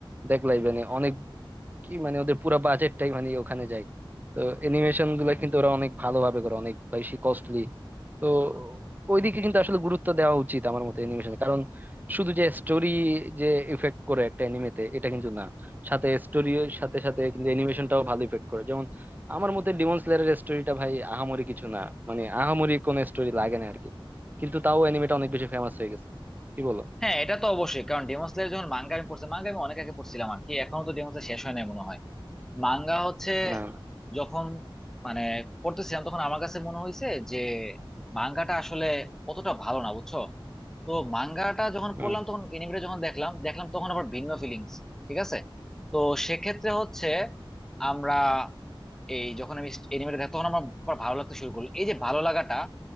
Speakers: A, on the right; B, in the centre.
A: দেখলাই মানে অনেক কি মানে ওদের পুরো বাজেটটাই মানে ওখানে যায় তো অ্যানিমেশন গুলা কিন্তু ওরা অনেক ভালোভাবে করে অনেক বেশি কস্টলি তো ওইদিকে কিন্তু আসলে গুরুত্ব দেওয়া উচিত আমার মতে অ্যানিমেশন কারণ শুধু যে স্টোরি যে ইফেক্ট করে একটা অ্যানিমেতে এটা কিন্তু না সাথে স্টোরির সাথে সাথে কিন্তু অ্যানিমেশনটাও ভালো ইফেক্ট করে যেমন আমার মতে ডিমন স্লেয়ারের স্টোরিটা ভাই আহামরি কিছু না মানে আহামরি কোনো স্টোরি লাগে না আরকি কিন্তু তাও অ্যানিমেটা অনেক বেশি ফেমাস হয়ে গেছে কি বলো
B: হ্যাঁ এটা তো অবশ্যই কারণ ডেমন স্লেয়ার যখন মাঙ্গা আমি পড়ছি মাঙ্গা আমি অনেক আগে পড়ছিলাম আর কি এখনো তো ডেমন স্লেয়ার শেষ হয় নাই মনে হয় মাঙ্গা হচ্ছে
A: না
B: যখন মানে পড়তেছিলাম তখন আমার কাছে মনে হয়েছে যে মাঙ্গাটা আসলে অতটা ভালো না বুঝছো তো মাঙ্গাটা যখন
A: হুম
B: পড়লাম তখন এনিমেটা যখন দেখলাম দেখলাম তখন আবার ভিন্ন ফিলিংস ঠিক আছে তো সেক্ষেত্রে হচ্ছে আমরা এই যখন আমি এনিমেটা দেখ তখন আমার আবার ভালো লাগতে শুরু করলো এই যে ভালো লাগাটা